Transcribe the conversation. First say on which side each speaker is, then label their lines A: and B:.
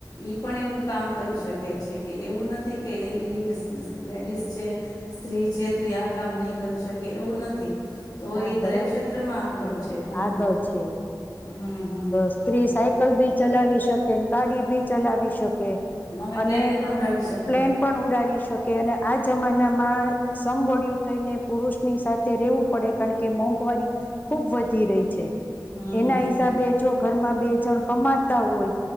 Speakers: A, on the left (about 55°); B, on the left (about 25°).
A: ઈ પણ એવું કામ કરી શકે છે. કે એવું નથી કે ઈ લેડીઝ છે, સ્ત્રી છે તો એ આ કામ નઇ કરી શકે એવું નથી. તો
B: હા,
A: એ દરેક
B: બરાબ
A: ક્ષેત્રમાં આગળ છે હમ
B: આગળ છે.
A: હમ હમ
B: સ્ત્રી સાયકલ બી ચલાવી શકેને ગાડી ભી ચલાવી શકે. કે
A: મને
B: અને
A: પ્લેન પણ ઉડાડી શકે
B: પ્લેન પણ ઉડાડી શકે અને આ જમાનામાં સમવડિયુ થઈને પુરુષની સાથે રેવું. પડે કારણ કે મોંઘવારી ખુબ વધી રહી છે.
A: હમ
B: એના
A: હમ
B: હિસાબે જો ઘરમાં બે બે જણ કમાતા હોય